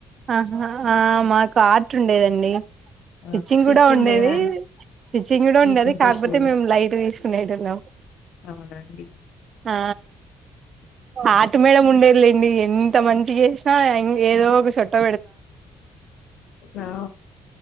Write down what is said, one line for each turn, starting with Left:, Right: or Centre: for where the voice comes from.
Right: ఆహా ఆ మాకు ఆర్ట్ ఉండేదండి స్టిచ్చింగ్
Left: ఆ!
Right: కూడా ఉండేది
Left: లేదా అండి?
Right: స్టిచ్చింగ్ కూడా
Left: మీకు
Right: ఉండేది
Left: ఇంట్రెస్ట్
Right: కాకపోతే
Left: లేదా
Right: మేము లైట్ తీసుకునేటోళ్ళం.
Left: అవునండి
Right: ఆ ఆర్ట్ మేడం ఉండేది. లేండి ఎంత మంచి చేసినా ఏదో ఒక సొట్టు
Left: ఆ